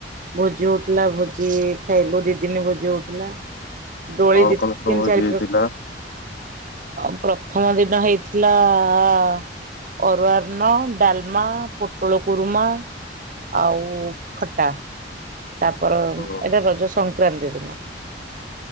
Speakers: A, on the right; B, on the left.
A: ଭୋଜି ହୋଉଥିଲା ଭୋଜି ଖାଇଲୁ ଦି ଦିନ ଭୋଜି ହୋଉଥୁଲା। ଦୋଳି
B: କଣ
A: ଦି
B: କଣ ସବୁ
A: ତିନ
B: ଭୋଜି
A: ଚାରି
B: ହେଇଥିଲା?
A: ପ୍ର ଅ ପ୍ରଥମ ଦିନ ହେଇଥିଲା ଆ ଅରୁଆ ଅନ୍ନ, ଡାଲମା, ପୋଟଳ କୁରୁମା ଆଉ ଖଟା। ତାପର
B: ହୁଁ
A: ଏଇଟା ରଜ ସଂକ୍ରାନ୍ତି ଦିନ।